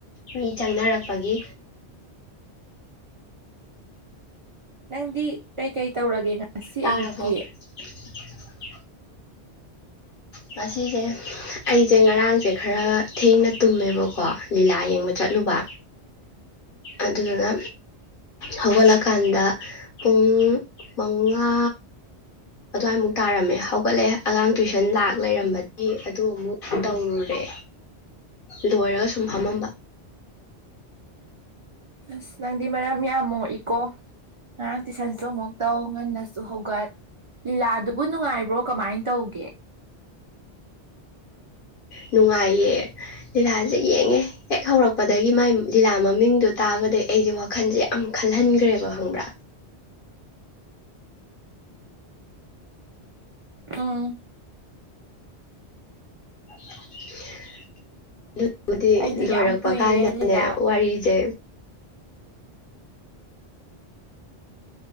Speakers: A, on the left (about 55°); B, on the right (about 45°).
A: ꯃꯤ ꯆꯪꯅꯔꯛꯄꯒꯤ
B: ꯅꯪꯗꯤ ꯀꯩꯀꯩ ꯇꯧꯔꯒꯦ ꯉꯁꯤ
A: ꯇꯥꯔꯕꯣ
B: ꯑꯌꯨꯛꯀꯤ
A: <unintelligible> <unintelligible> ꯉꯁꯤꯁꯦ ꯑꯩꯁꯦ ꯉꯔꯥꯡꯁꯦ ꯈꯔ ꯊꯦꯡꯅ ꯇꯨꯝꯃꯦꯕꯀꯣ ꯂꯤꯂꯥ ꯌꯦꯡꯕ ꯆꯠꯂꯨꯕ ꯑꯗꯨꯗꯨꯅ ꯍꯧꯒꯠꯂꯀꯥꯟꯗ ꯄꯨꯡ ꯃꯉꯥ ꯑꯗꯨꯋꯥꯏꯃꯨꯛ ꯇꯥꯔꯝꯃꯦ ꯍꯧꯒꯠꯂꯦ ꯑꯉꯥꯡ ꯇꯨꯏꯁꯟ ꯂꯥꯛ ꯂꯩꯔꯝꯕꯗꯤ ꯑꯗꯨ ꯑꯃꯨꯛ ꯇꯧꯔꯨꯔꯦ ꯂꯣꯏꯔꯒ ꯁꯨꯝ ꯐꯝꯃꯝꯕ
B: ꯑꯁ ꯅꯪꯗꯤ ꯃꯔꯝ ꯌꯥꯝ ꯃꯣꯛꯏꯀꯣ ꯉꯔꯥꯡ ꯇꯨꯏꯁꯟꯁꯨ ꯑꯃꯨꯛ ꯇꯧ ꯉꯟꯅꯁꯨ ꯍꯧꯒꯠ ꯂꯤꯂꯥꯗꯨꯕꯨ ꯅꯨꯡꯉꯥꯏꯕ꯭ꯔꯣ ꯀꯃꯥꯏꯅ ꯇꯧꯒꯦ
A: ꯅꯨꯡꯉꯥꯏꯌꯦ ꯂꯤꯂꯥꯁꯦ ꯌꯦꯡꯉꯦ ꯍꯦꯛ ꯍꯧꯔꯛꯄꯗꯒꯤ ꯃꯥꯏ ꯂꯤꯂꯥ ꯃꯃꯤꯡꯗꯣ ꯇꯥꯕꯗꯩ ꯑꯩꯁꯦ ꯋꯥꯈꯜꯁꯦ ꯌꯥꯝ ꯈꯜꯍꯟꯈ꯭ꯔꯦꯕ ꯈꯪꯕ꯭ꯔꯥ
B: ꯑꯥ
A: <unintelligible> ꯑꯗꯨꯕꯨꯗꯤ
B: ꯑꯩꯗꯤ
A: ꯂꯣꯏꯔꯛꯄ
B: ꯌꯥꯝ ꯀꯨꯏꯔꯦ
A: ꯀꯥꯟꯗꯅꯦ
B: ꯂꯤꯂꯥ
A: ꯋꯥꯔꯤꯁꯦ